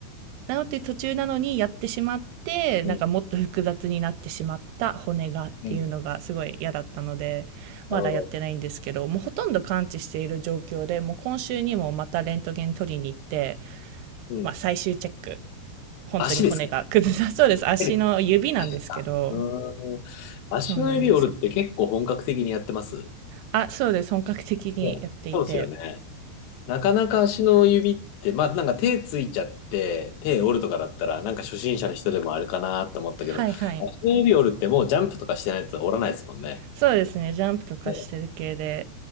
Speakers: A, on the right; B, on the left.
A: 治ってる途中なのにやってしまって、なんかもっと複雑になってしまった骨がっていうのがすごい嫌だったので、
B: うん、うん、うん。
A: まだやってないんですけど、
B: なるほど。
A: もうほとんど完治している状況で、もう今週にもまたレントゲン取りに行って、
B: うん。
A: まあ最終チェック。本当に骨が崩さそうです。
B: 足ですか
A: 足の指なんですけど、
B: 手で足か。うーん。足の指折るって結構本格的にやってます
A: そうなんですよ。あ、そうです。本格的にやっていて。
B: ね、そうですよね。なかなか足の指って、まあなんか手ついちゃって、手折るとかだったら、なんか初心者の人でもあれかなと思ったけど、
A: はいはい。
B: 足の指折るってもうジャンプとかしてないと折らないですもんね。
A: そうですね。ジャンプとかしてる系で、
B: ね。